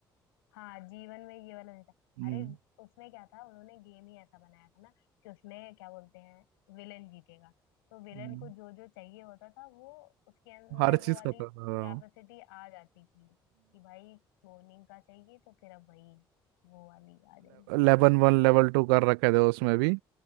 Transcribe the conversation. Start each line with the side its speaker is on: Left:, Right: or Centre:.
Left: हाँ जीवन में ये वाला नहीं था
Right: हम्म,
Left: अरे उसमें क्या था उन्होंने गेम ही ऐसा बनाया था ना कि उसमें क्या बोलते हैं विलेन जीतेगा तो विलेन
Right: हम्म।
Left: को जो जो चाहिए होता था वो उसके अंदर
Right: हर
Left: वो
Right: चीज
Left: वाली
Right: का था था
Left: कैपेसिटी आ जाती थी कि भाई क्लोनिंग का चाहिए तो फिर अब वही वो वाली आ जाएगी
Right: लेवन वन लेवल टू कर रखे थे उसमें भी